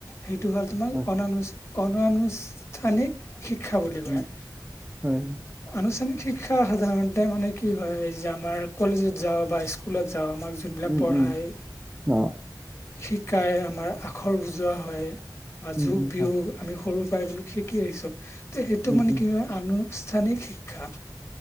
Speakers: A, on the left; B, on the right.
A: সেইটো হ'ল তোমাৰ
B: হয়
A: অনান অনুআনুষ্ঠানিক শিক্ষা বুলি কয়।
B: উম হয়
A: আনুষ্ঠানিক শিক্ষা সাধাৰণতে মানে কি হয় যে আমাৰ কলেজত যাওঁ বা স্কুলত যাওঁ আমাক যোনবিলাক
B: উম
A: পঢ়ায়
B: উম অ
A: শিকাই আমাৰ আখৰ বুজোৱা হয়, বা
B: উম
A: যোগ
B: উম
A: বিয়োগ
B: হয়
A: আমি সৰু। প্ৰায়বোৰ শিকি আহিছো যে সেইটোক
B: উম
A: মানে
B: উম
A: কি হয় আনুষ্ঠানিক শিক্ষা